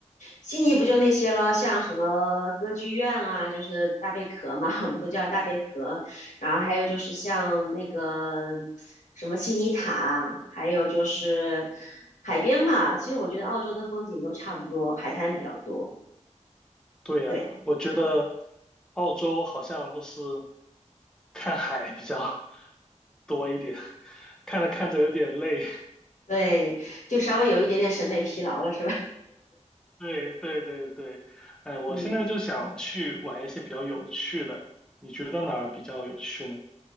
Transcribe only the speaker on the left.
悉尼不就那些咯，像什么歌剧院啊，就是大贝壳嘛，<laughs> 我们都叫大贝壳。然后还有就是像那个什么悉尼塔，还有就是海边嘛。其实我觉得澳洲的风景都差不多，海滩比较多。
对嗯
对，就稍微有一点点审美疲劳了，是吧？
<laughs> 嗯，